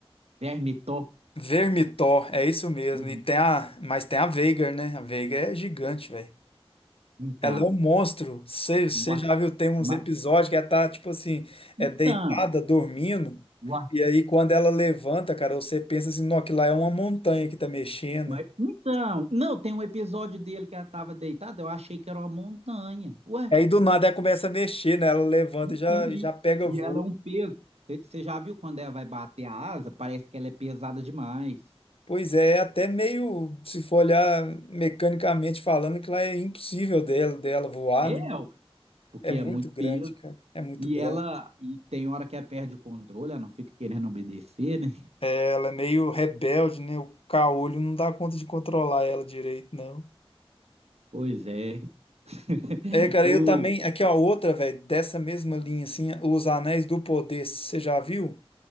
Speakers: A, on the right (about 90°); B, on the left (about 65°).
A: Vermitó.
B: Vermitor, é isso mesmo.
A: Vermi-
B: E tem a, mas tem a Veigar, né? A Veigar é gigante, velho.
A: Então.
B: Ela é um monstro. Você
A: O Ar-
B: já viu, tem uns
A: Ma-
B: episódios que ela tá, tipo assim, é
A: então.
B: deitada, dormindo.
A: O Ar-
B: E aí, quando ela levanta, cara, você pensa assim, não, aquilo lá é uma montanha que tá mexendo.
A: Ma-
B: E
A: então. Não, tem um episódio dele que ela estava deitada. Eu achei que era uma montanha. Ué.
B: aí, do nada, ela começa a mexer, né? Ela levanta
A: E,
B: e já,
A: e,
B: já pega
A: e
B: voo.
A: ela é um peso. Você já viu quando ela vai bater a asa? Parece que ela é pesada demais.
B: Pois é, é até meio, se for olhar mecanicamente falando, que lá é impossível dela, dela voar,
A: É,
B: né?
A: ué, porque
B: É muito
A: é muito
B: grande,
A: peso.
B: cara. É muito
A: E
B: grande.
A: ela, e tem hora que ela perde o controle, ela não fica querendo obedecer, né?
B: Ela é meio rebelde, né? O caolho não dá conta de controlar ela direito, não.
A: Pois é. <laughs>
B: É, cara,
A: Eu,
B: eu também. Aqui, ó, outra, velho, dessa mesma linha, assim, Os Anéis do Poder, você já viu?